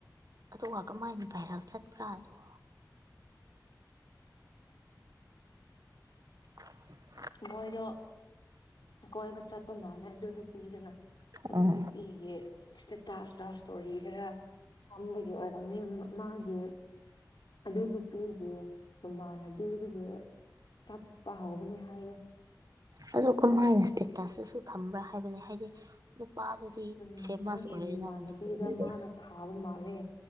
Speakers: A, on the right (about 55°); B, on the left (about 80°).
A: ꯑꯗꯨꯒ ꯀꯃꯥꯏꯅ ꯚꯥꯏꯔꯦꯜ ꯆꯠꯄ꯭ꯔꯥ ꯗꯣ <inaudible>
B: ꯃꯣꯏꯗꯣ ꯀꯣꯏꯕ ꯆꯠꯄ ꯃꯥꯜꯂꯦ ꯑꯗꯨ ꯅꯨꯄꯤꯗꯨꯅ ꯑꯗꯨ
A: ꯑꯣ
B: ꯅꯨꯄꯤꯒꯤ ꯏꯁꯇꯦꯇꯥꯁꯇ ꯏꯁꯇꯣꯔꯤꯗꯔ ꯐꯝꯕꯒꯤ ꯑꯣꯏꯔꯝꯃꯤ ꯃꯥꯒꯤ ꯑꯗꯨ ꯅꯨꯄꯤꯒꯤ ꯃꯃꯥꯟꯅꯕꯤꯒꯤ ꯆꯠꯄ ꯍꯧꯕꯅꯦ ꯍꯥꯏꯌꯦ
A: ꯑꯣ ꯀꯃꯥꯏꯅ ꯏꯁꯇꯦꯇꯁꯇꯁꯨ ꯊꯝꯕ꯭ꯔꯥ ꯍꯥꯏꯕꯅꯦ ꯍꯥꯏꯗꯤ ꯅꯨꯄꯥꯗꯨꯗꯤ
B: ꯎꯝ
A: ꯐꯦꯃꯁ
B: ꯃꯥꯒꯤ
A: ꯑꯣꯏꯔꯦꯅ
B: ꯃꯃꯥꯟꯅꯕꯤꯗ
A: ꯃꯅꯤꯄꯨꯔꯗꯗꯤ
B: ꯃꯥꯅ ꯊꯥꯕ ꯃꯥꯜꯂꯦ